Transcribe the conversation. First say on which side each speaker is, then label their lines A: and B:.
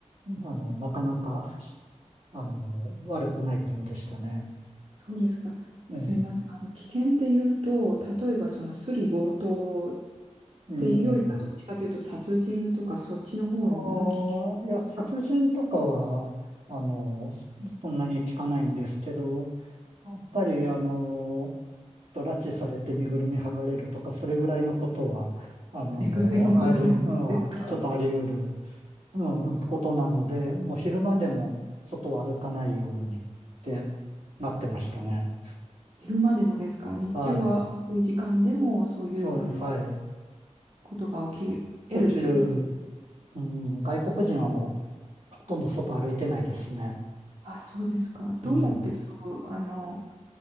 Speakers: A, on the right (about 80°); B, on the right (about 60°).
A: あの、なかなか、あの、悪くない国でしたね。
B: そうですか。
A: ええ、
B: すいません。あの、危険っていうと、例えばそのスリ強盗っ
A: うん。
B: ていうよりか、どっちかというと殺人とかそっちの方の危険ですかど
A: ああ、いや、殺人とかは、あの、そそんなに聞かないんですけど、やっぱり、あの、ちょっと拉致されて身ぐるみ剥がれるとか、それぐらいのことは、あの、
B: れぐらいのことですか
A: あり、うんは、ちょっとあり得る、うん、ことなので、もう昼間でも外は歩かないようにってなってましたね。
B: 昼間でもですか日中は、
A: はい。
B: そういう時間でもそういう
A: そう、はい。
B: ことが起き得るってことですね
A: 起きる、うん、外国人はもう、ほとんど外歩いてないですね。
B: あ、そうですか。
A: うん。
B: どうやってそう、あの、